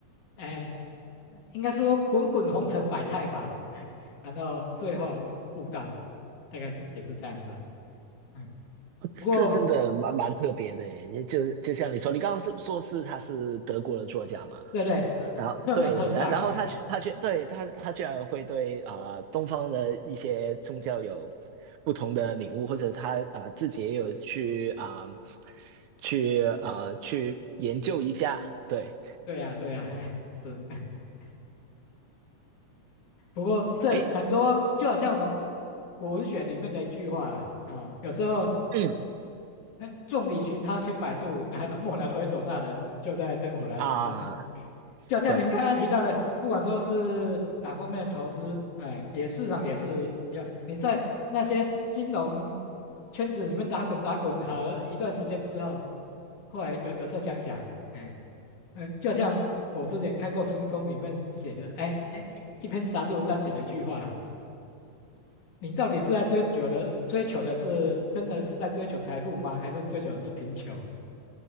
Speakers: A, on the left; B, on the right.
A: 哎、应该说滚滚红尘百态吧，<laughs> 然后最后悟道，大概是也是这样子的嗯，
B: 这真的蛮蛮特别的耶，
A: 不过
B: 也就就像你说，你刚刚是说是他是德国的作家嘛，
A: 对对，
B: 然后对，
A: 赫门赫帅，
B: 然然后他去他去对他他居然会对啊、
A: 哎、
B: 呃东方的一些宗教有不同的领悟，或者他啊、呃自己也有去啊、呃去啊、呃去研究一下，对，
A: 对呀、对呀、<laughs> 哎是。<laughs> 不过这很多就好像我们
B: 哎，
A: 古文学里面的一句话啦，啊、有时候
B: 嗯
A: <laughs> 哎，众里寻他千百度，<laughs> 蓦然回首，那人就在灯火阑珊处。
B: 啊、
A: 哎，就好像您刚刚提到的，
B: 对，
A: 不管说是哪方面的投资，哎，也市场也是一样。你在那些金融圈子里面打滚打滚好了一段时间之后，后来有有时候想想，哎，嗯，就像我之前看过书中里面写的，哎哎，一一篇杂志文章写了一句话。你到底是在追求的，追求的是真的是在追求财富吗？还是追求的是贫穷？